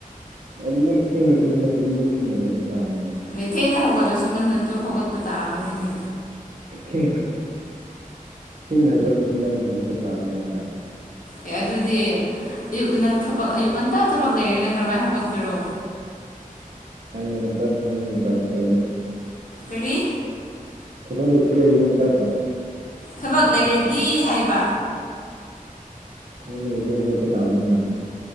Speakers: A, on the right; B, on the left.
A: ꯑꯗꯨ ꯃꯨꯔ ꯇꯨꯝ ꯃꯨ ꯇꯥꯅ
B: ꯂꯩꯊꯅ ꯍꯧꯒꯠꯂꯁꯨ ꯉꯟꯅꯠꯇꯣ ꯍꯧꯒꯠꯄ ꯇꯥꯔꯕꯅꯤꯅꯦ
A: ꯊ ꯊꯅꯒꯠꯂ ꯁꯨꯝ ꯇꯥꯕꯅꯦꯕ
B: ꯑꯦ ꯑꯗꯨꯗꯤ ꯑꯌꯨꯛꯇ ꯅꯪ ꯊꯕꯛ ꯑꯌꯨꯛ ꯉꯟꯇꯥ ꯊꯕꯛ ꯂꯩꯔꯦ ꯅꯪ ꯀꯔꯝꯍꯥꯏꯅ ꯍꯧꯒꯠꯀꯔꯣ
A: ꯑꯩ ꯃ ꯁ ꯇ ꯇ
B: ꯈꯔꯤ
A: ꯊ ꯐ ꯂ ꯏꯇꯦꯇꯦ
B: ꯊꯕꯛ ꯂꯩꯔꯗꯤ ꯍꯥꯏꯕ
A: ꯀꯗꯦ ꯇꯥꯝꯅꯤꯅ